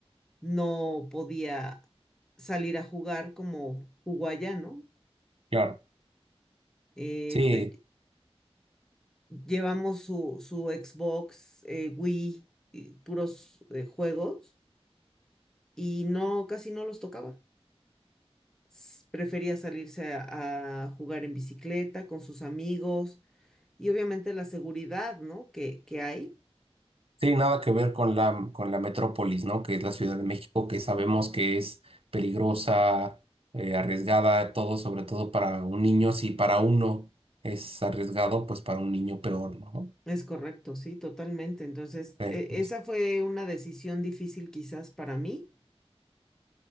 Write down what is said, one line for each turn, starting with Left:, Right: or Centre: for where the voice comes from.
Centre: no podía salir a jugar como jugó allá, ¿no?
Right: claro,
Centre: Eh,
Right: sí,
Centre: de- llevamos su, su Xbox, eh, Wii, y puros eh, juegos y no, casi no los tocaba. S- Prefería salirse a, a jugar en bicicleta con sus amigos y obviamente la seguridad, ¿no? Que, que hay.
Right: sí, nada que ver con la, con la metrópolis, ¿no? Que es la Ciudad de México, que sabemos que es peligrosa, eh, arriesgada, todo, sobre todo para un niño, si para uno es arriesgado, pues para un niño peor, ¿no?
Centre: Es correcto, sí, totalmente. Entonces,
Right: Sí,
Centre: e-
Right: sí,
Centre: esa
Right: sí.
Centre: fue una decisión difícil quizás para mí,